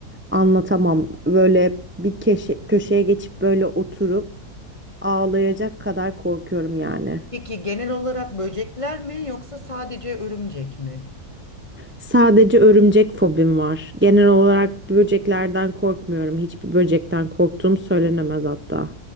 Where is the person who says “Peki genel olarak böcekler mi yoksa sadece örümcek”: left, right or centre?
Left